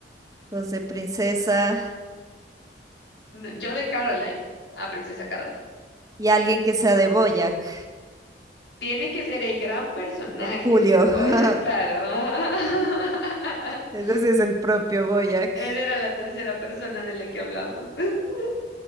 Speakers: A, on the right; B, on the left.
A: Los de princesa
B: No, Yo de Caroline, a Princesa Caroline.
A: y alguien que sea de Boyac.
B: Tiene que ser el gran personaje,
A: El Julio.
B: el de Boya,
A: <laughs>
B: claro. <laughs>
A: Ese sí es el propio Boyac.
B: Él era la tercera persona de la que hablaban. <laughs>